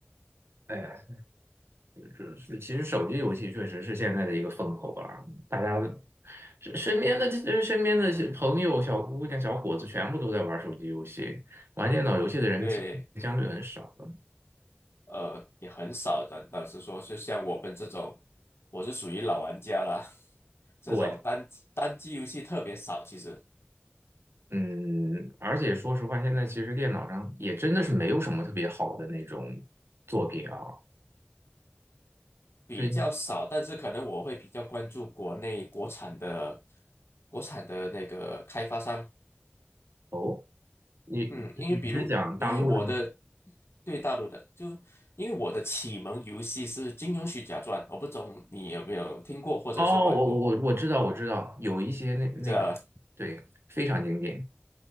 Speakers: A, on the right; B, on the left.
A: 哎呀。这是其实手机游戏确实是现在的一个风口啊，大家的身身边的这身边的朋友、小姑娘、小伙子全部都在玩手机游戏，玩电脑游戏的人其实相对很少了。
B: 对，呃，也很少的。老实说，就像我们这种，我是属于老玩家啦，<laughs> 这种单机单机游戏特别少，
A: 我
B: 其实。
A: 嗯，而且说实话，现在其实电脑上也真的是没有什么特别好的那种作品啊。
B: 比较少，
A: 对
B: 但是可能我会比较关注国内国产的国产的那个开发商，
A: 哦，你你是讲大陆的吗？
B: 嗯，因为比如因为我的对大陆的，就因为我的启蒙游戏是《金庸群侠传》，我不懂你有没有听过或者是玩过
A: 哦，我我我知道我知道，有一些那那个
B: 这
A: 对，非常经典。